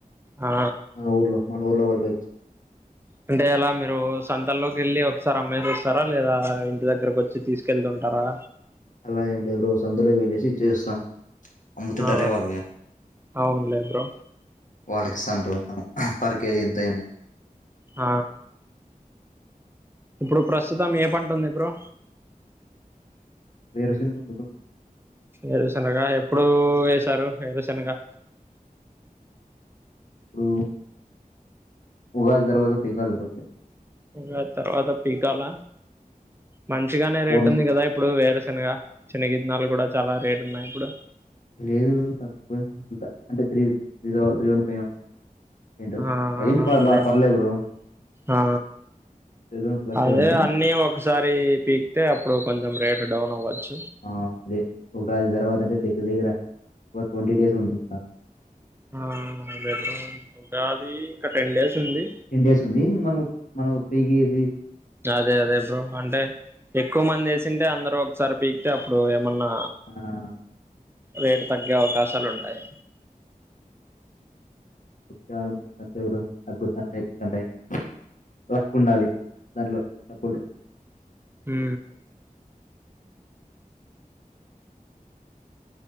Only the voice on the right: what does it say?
ఆ
అంటే అలా మీరు సంతాల్లోకి వెళ్ళి ఒకసారి అమ్మేసి వస్తారా లేదా ఇంటి దగ్గరకు వచ్చి తీసుకెళ్తుం టరా
ఆ
అవున్లే బ్రో
హ ఇప్పుడు ప్రస్తుతం ఏం పంట ఉంది బ్రో
ఏడుశనగా ఎప్పుడు వేశారు ఏడుశనగా
ఉగాది తర్వాత పీకాల మంచిగానే
రేట్ ఉంది కదా ఇప్పుడు వేరే శనగ శెనకయీతనాలు కూడా చాలా రేటు ఉన్నాయి ఇప్పుడు
ఆ
అదే
ఆ
అదే
అన్నీ ఒకసారి పీకితే అప్పుడు కొంచెం రేట్ డౌన్వచ్చు
ఆ అదే అదే ఉగాది ఇంకా టెన్ డేస్ ఉంది
అదే అదే బ్రో అంటే ఎక్కువ మంది వేసింటే అందరు ఒకసారి పీకితే అప్పుడు ఏమన
రేటు తగ్గే అవకాశాలు ఉంటాయి
ఉ